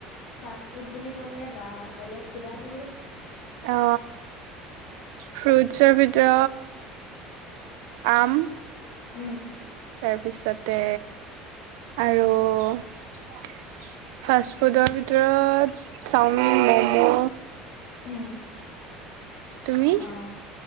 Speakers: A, on the left; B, on the right.
A: ফাষ্ট ফুড বুলি ক'লে বা বেলেগ কিবা কিবি
B: অ ফ্ৰুটছ ্ৰ আম
A: উম
B: তাৰপিছতে আৰু <unintelligible> ফাষ্টফুডৰ ভিতৰত চাওমিন, ম'মো
A: উম
B: তুমি?
A: অ', -অ।